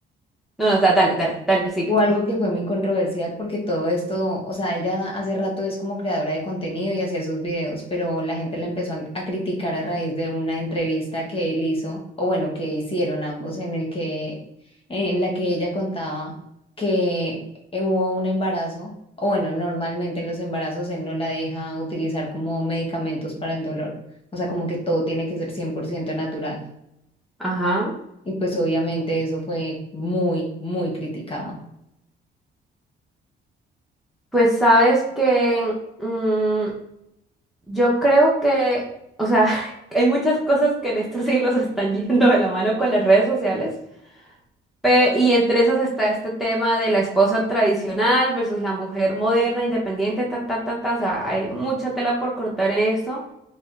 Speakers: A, in the centre; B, on the left.
A: No, no, o sea, dale, dale, dale, sigue
B: O
A: tú.
B: algo que fue muy controversial porque todo esto, o sea, ella hace rato es como creadora de contenido y hacía sus videos, pero la gente la empezó a, a criticar a raíz de una entrevista que él hizo, o bueno, que hicieron ambos, en el que, en la que ella contaba que eh, hubo un embarazo, o bueno, normalmente en los embarazos él no la deja utilizar como medicamentos para el dolor, o sea, como que todo tiene que ser 100% natural.
A: Ajá.
B: Y pues obviamente eso fue muy, muy criticado.
A: Pues sabes que... mm, Yo creo que, o sea, <laughs> hay muchas cosas que en estos siglos <laughs> están yendo de la mano con las redes sociales, pe- y entre esas está este tema de la esposa tradicional versus la mujer moderna, independiente, ta, ta, ta, ta, o sea, hay mucha tela por cortar en esto.